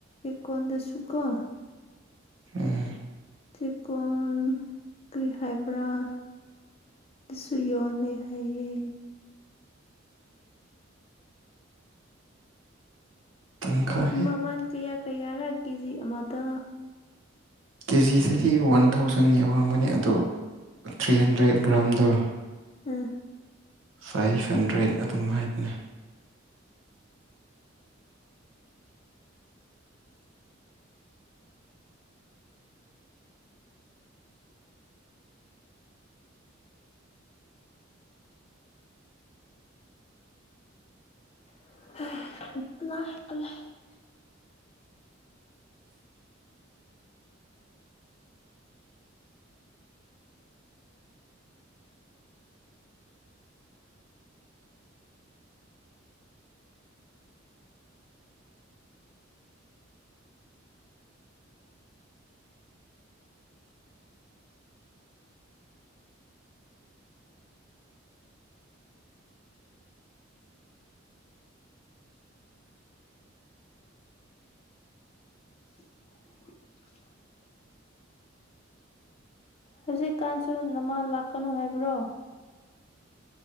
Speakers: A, on the left; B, on the right.
A: ꯀꯗꯁꯨ ꯀ
B: ꯎꯝ
A: ꯆꯦꯛꯀꯣꯟ ꯀ꯭ꯔꯤ ꯍꯥꯏꯕ꯭ꯔꯥ ꯑꯗꯨꯁꯨ ꯌꯣꯟꯅꯤ ꯍꯩꯌꯦ
B: ꯇꯪꯈꯥꯏ
A: ꯃꯃꯥꯟ ꯀꯌꯥ ꯀꯌꯥ ꯔꯥꯀꯤꯖꯤ ꯃꯗ
B: ꯀꯦꯖꯤꯗꯗꯤ ꯋꯥꯟ ꯊꯥꯎꯖꯟ ꯌꯥꯎꯔꯝꯒꯅꯤ ꯑꯗꯣ ꯊ꯭ꯔꯤ ꯍꯟꯗ꯭ꯔꯦꯠ ꯒ꯭ꯔꯥꯝꯗꯣ
A: ꯎꯝ
B: ꯐꯥꯏꯚ ꯍꯟꯗ꯭ꯔꯦꯠ ꯑꯗꯨꯝ ꯍꯥꯏꯕꯅꯦ
A: <inaudible> <inaudible> ꯍꯧꯖꯤꯛꯀꯥꯟꯁꯨ ꯅꯃꯥ ꯂꯥꯛꯀꯅꯨ ꯍꯥꯏꯕ꯭ꯔꯣ